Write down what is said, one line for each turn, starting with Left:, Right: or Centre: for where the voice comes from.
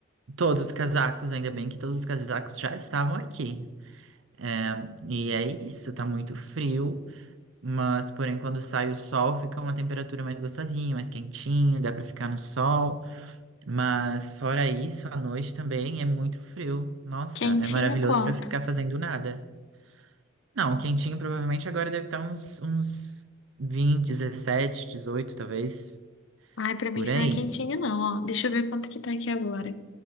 Right: Todos os casacos, ainda bem que todos os casacos já estavam aqui. É, e é isso, tá muito frio, mas porém quando sai o sol fica uma temperatura mais gostosinha, mais quentinha, dá pra ficar no sol. Mas fora isso, à noite também é muito frio. Nossa,
Left: Quentinho
Right: é maravilhoso
Left: quanto?
Right: pra ficar fazendo nada. Não, quentinho provavelmente agora deve estar uns, uns 20, 17, 18 talvez,
Left: Ai, pra mim
Right: por
Left: isso
Right: aí.
Left: não é quentinho, não, ó. Deixa eu ver quanto que tá aqui agora.